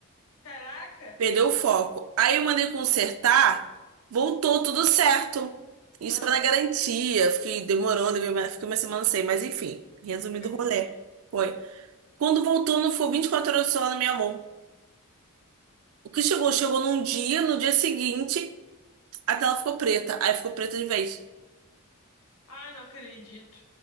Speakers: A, on the left; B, on the right.
A: Caraca!
B: Perdeu o foco. Aí eu mandei consertar, voltou tudo certo. Isso
A: Aham,
B: era na garantia. Fiquei demorou, levei uma- fiquei uma semana sem, mas enfim, resumindo
A: coitadinha.
B: o rolê. Foi. Quando voltou, não foi 24 horas do celular na minha mão. O que chegou? Chegou num dia, no dia seguinte, a tela ficou preta. Aí ficou preta de vez.
A: Ai, não acredito.